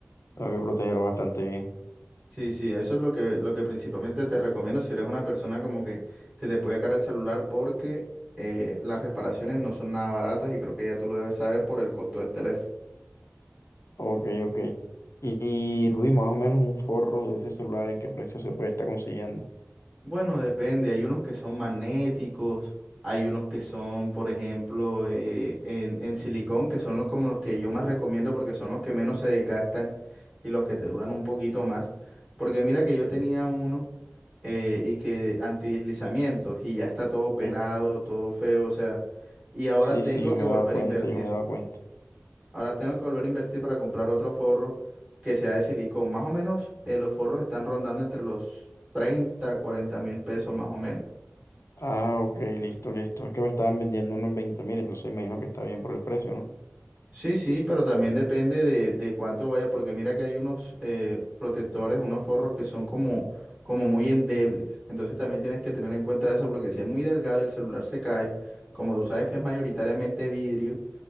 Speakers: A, on the left (about 75°); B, on the right (about 20°).
A: tengo que protegerlo bastante bien.
B: Sí, sí, eso es lo que, lo que principalmente te recomiendo si eres una persona como que se te puede caer el celular porque eh, las reparaciones no son nada baratas y creo que ya tú lo debes saber por el costo del teléfono.
A: Ok, ok. Y, y, Luis, más o menos un forro de ese celular, ¿en qué precio se puede estar consiguiendo?
B: Bueno, depende, hay unos que son magnéticos, hay unos que son, por ejemplo, eh, en, en silicón, que son los- como los que yo más recomiendo porque son los que menos se desgastan y los que te duran un poquito más. Porque mira que yo tenía uno. eh, y que antideslizamientos y ya está todo pelado,
A: Mm,
B: todo feo, o sea, y ahora
A: Sí,
B: tengo
A: sí, yo
B: que
A: me
B: volver
A: he dado cuenta,
B: a invertir.
A: yo me he dado cuenta.
B: Ahora tengo que volver a invertir para comprar otro forro que sea de silicón. Más o menos eh, los forros están rondando entre los 30 40 mil pesos más o menos.
A: Ah, ok, listo, listo. Es que me estaban vendiendo unos veinte mil, entonces imagino que está bien por el precio, ¿no?
B: Sí, sí, pero también depende de, de cuánto vaya, porque mira que hay unos eh, protectores, unos forros que son como, como muy endebles. Entonces también tienes que tener en cuenta eso, porque si es muy delgado y el celular se cae, como tú sabes que es mayoritariamente vidrio,